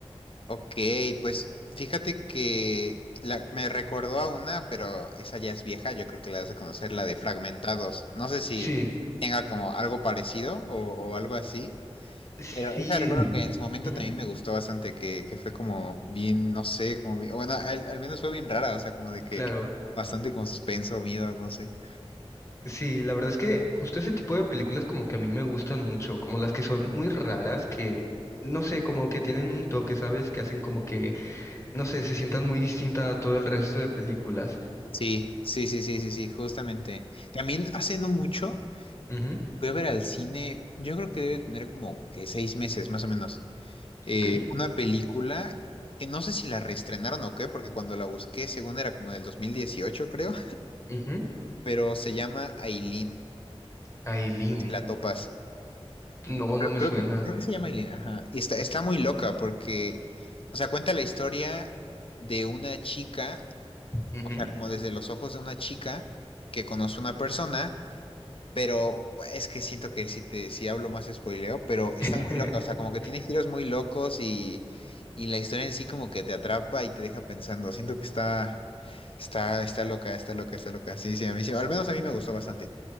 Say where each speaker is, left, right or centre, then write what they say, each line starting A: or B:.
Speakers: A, on the left (about 60°); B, on the left (about 25°).
A: Ok, pues fíjate que la- me recordó a una, pero esa ya es vieja, yo creo que la vas a conocer, la de Fragmentados. No sé si
B: Sí,
A: tenga como algo parecido o, o algo así,
B: sí,
A: pero esa recuerdo que en su momento
B: ujú,
A: también me gustó bastante, que, que fue como bien, no sé, como bien- bueno, al, al menos fue bien rara, o sea, como de que
B: claro.
A: bastante con suspenso, miedo, no sé.
B: Sí, la verdad es que justo ese tipo de películas como que a mí me gustan mucho, como las que son muy raras, que no sé, como que tienen un toque, ¿sabes? Que hacen como que, no sé, se sientan muy distinta a todo el resto de películas.
A: Sí, sí, sí, sí, sí, sí, justamente. También hace no mucho
B: Ujú,
A: fui a ver al cine, yo creo que debe tener como que seis meses más o menos. eh,
B: ok.
A: una película que no sé si la reestrenaron o qué, porque cuando la busqué, según era como del 2018 creo,
B: ujú.
A: pero se llama Aileen,
B: Aileen.
A: si la topas.
B: No,
A: Creo
B: no me
A: creo
B: suena.
A: que, creo que se llama Aileen, ajá. Y está, está muy loca porque, o sea, cuenta la historia de una chica,
B: Ujú.
A: o sea, como desde los ojos de una chica que conoce a una persona Pero es que siento que si te, si hablo más spoileo, pero está
B: <laughs>
A: muy loca, o sea, como que tiene giros muy locos y, y la historia en sí como que te atrapa y te deja pensando. Siento que está, está, está loca, está loca, está loca. Sí, sí, a mí sí, al menos a mí me gustó bastante.